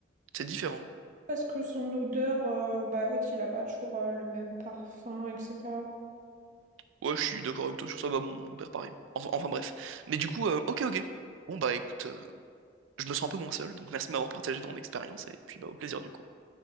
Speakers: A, on the right; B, on the right.
A: C'est différent.
B: Parce que son odeur, euh, bah, en fait, il a pas toujours euh, le même parfum, etc.
A: Ouais, je suis d'accord avec toi sur ça, bah, mon, mon père pareil. Enfin, enfin, bref. Mais du coup, euh, ok, ok. Bon bah écoute, euh, je me sens un peu moins seul, donc merci de m'avoir partagé ton expérience et puis bah au plaisir du coup.